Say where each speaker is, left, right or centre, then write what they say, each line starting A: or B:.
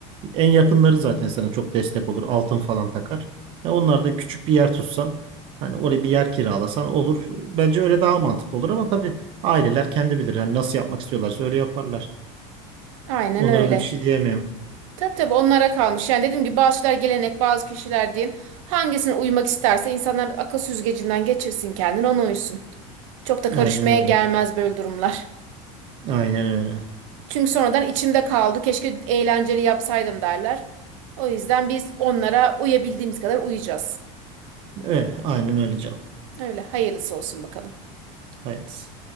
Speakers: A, on the right; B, on the right.
A: en yakınları zaten sana çok destek olur. Altın falan takar. Ya onlar da küçük bir yer tutsan hani oraya bir yer kiralasan olur. Bence öyle daha mantıklı olur ama tabii aileler kendi bilir. Hani nasıl yapmak istiyorlarsa öyle yaparlar.
B: Aynen
A: Onlara
B: öyle.
A: da bir şey diyemiyorum.
B: Tabii tabii onlara kalmış. Yani dediğim gibi bazı şeyler gelenek, bazı kişiler din. Hangisine uymak isterse insanlar akıl süzgecinden geçirsin kendini ona uysun. Çok da karışmaya
A: Aynen öyle.
B: gelmez böyle durumlar.
A: Aynen öyle.
B: Çünkü sonradan içimde kaldı. Keşke eğlenceli yapsaydım derler. O yüzden biz onlara uyabildiğimiz kadar uyacağız.
A: Öyle. Aynen öyle canım.
B: Öyle hayırlısı olsun bakalım.
A: Hayırlısı.